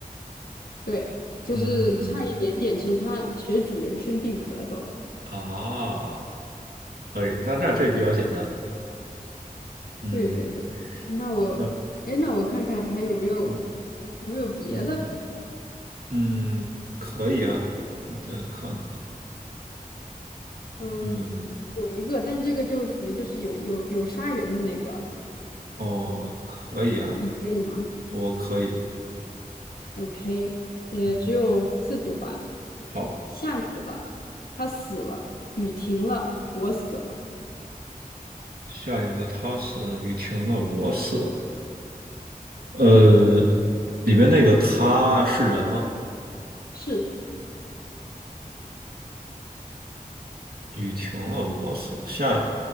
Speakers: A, on the left; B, on the right.
A: 对，就是差一点点，
B: 嗯，
A: 就是它学主人生病咳嗽。
B: 啊，可以，那那这比较简单，嗯。
A: 对对对，那我，
B: 嗯
A: 哎，那我看看还有没有
B: 嗯
A: 有没有别的？
B: 嗯嗯，可以啊，你再看看，
A: 嗯，
B: 嗯，
A: 有一个，但这个就属于就是有有有杀人的那个，
B: 哦，可以啊，
A: 你可以吗
B: 我可以，
A: ？OK，也只有四句话。
B: 嗯，好，
A: 下雨了，他死了；雨停了，我死了。
B: 下雨了，他死了，雨停了，我死了，呃，里面那个他是人吗？
A: 是，
B: 雨停了，我死了，下雨，